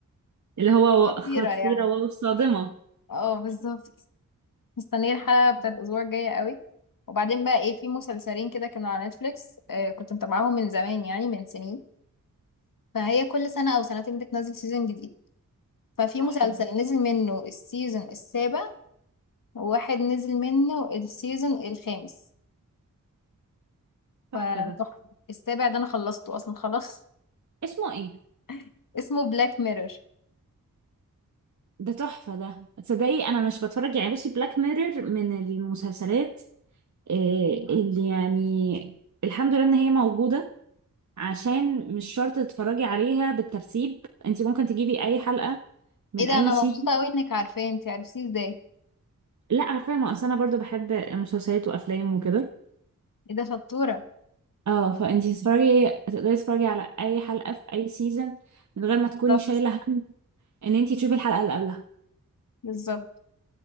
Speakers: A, on the right (about 60°); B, on the left (about 75°).
A: اللي هو
B: خطيرة
A: و- خطيرة
B: يعني
A: وصادمة
B: اه بالظبط مستنية الحلقة بتاعت الأسبوع الجاية قوي وبعدين بقى ايه في مسلسلين كده كانوا على نتفليكس آه كنت متابعاهم من زمان يعني من سنين فهي كل سنة أو سنتين بتنزل سيزون جديد ففي
A: تحفة
B: مسلسل
A: ده
B: نزل منه السيزون السابع وواحد نزل منه السيزون الخامس
A: تحفة
B: فتحفة
A: ده
B: السابع ده أنا خلصته أصلا خلاص
A: اسمه ايه
B: <laughs> اسمه بلاك ميرور
A: ده تحفة ده تصدقي انا مش بتفرج يعني بصي بلاك ميرور من المسلسلات إيه اللي يعني الحمد لله ان هي موجودة عشان مش شرط تتفرجي عليها بالترتيب انت ممكن تجيبي اي حلقة من
B: ايه ده
A: اي
B: أنا
A: سيزون
B: مبسوطة قوي إنك عارفاه انتي عرفتيه ازاي
A: لا عارفة ما اصل انا برضو بحب مسلسلات وافلام وكده
B: ايه ده شطورة
A: اه فانتي تتفرجي تقدري تتفرجي على اي حلقة في اي سيزون من غير ما تكوني
B: بالظبط
A: شايلة هم ان انتي تشوفي الحلقة اللي قبلها
B: بالظبط